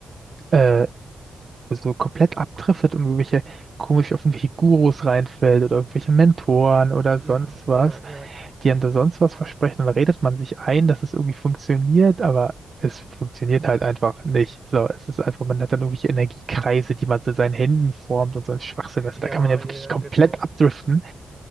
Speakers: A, on the right; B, on the right.
A: äh, so komplett abdriftet und irgendwelche komisch auf irgendwelche Gurus reinfällt oder irgendwelche Mentoren oder
B: ja,
A: sonst was,
B: ja, ja.
A: die einem da sonst was versprechen, dann redet man sich ein, dass es irgendwie funktioniert, aber es funktioniert halt einfach nicht. So, es ist einfach, man hat dann irgendwelche Energiekreise, die man so in seinen Händen formt und so ein Schwachsinn, weißt
B: Ja,
A: du, da kann man ja
B: ja,
A: wirklich
B: ja,
A: komplett
B: genau.
A: abdriften